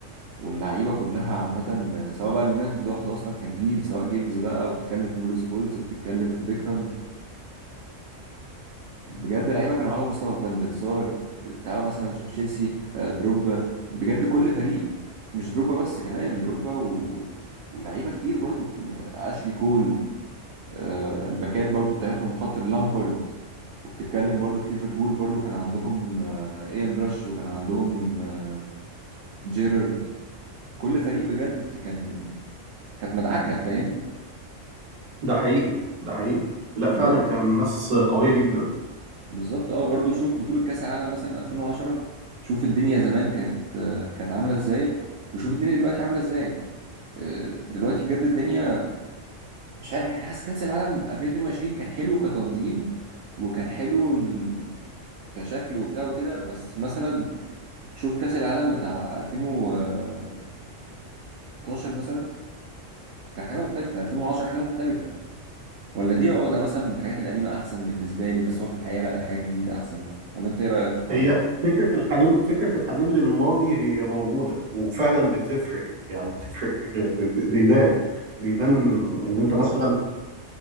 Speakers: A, on the right; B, on the right.
A: واللعيبة كلها عامة آه، سواء بقى اليونايتد لوحده أصلا كان جيل سواء جيجز بقى وبتتكلم في بول سكولز بتتكلم في بيكهام بجد لعيبة كانوا على مستوى فان دير سار تعالى مثلا تشوف تشيلسي آه، دروجبا بجد كل فريق مش دروجبا بس كمان دروجبا و... ولعيبة كتير برضو آه، أشلي كول آه، الباكات برضو بتاعتهم خط اللامبرد وبتتكلم برضو في ليفربول برضو كان عندهم آه، ايان راش وكان عندهم آه، جيرارد كل فريق بجد كان كانت مدعكة فاهم
B: ده حقيقي ده حقيقي لا فعلا
A: دلوقتي
B: كان ناس قوية جدا
A: بالظبط اه برضو شوف بطولة كأس العالم مثلا 2010 شوف الدنيا زمان كانت آه، كانت عاملة ازاي وشوف الدنيا دلوقتي عاملة ازاي آه، دلوقتي بجد الدنيا مش عارف يعني حاسس كأس العالم 2022 كان حلو كتنظيم وكان حلو إن- كشكل وبتاع وكده بس مثلا شوف كأس العالم بتاع 2014 مثلا كان حاجة مختلفة 2010 حاجة مختلفة ولا دي عقدة مثلا من الحاجات القديمة أحسن بالنسبة لي بس هو في الحقيقة لا الحاجات الجديدة أحسن ولا أنت إيه رأيك في الحوار
B: هي
A: ده؟
B: فكرة الحنين فكرة الحنين للماضي هي موجودة وفعلا بتفرق يعني بتفرق آه، ب- ب- بيبان بيبان ان انت مثلا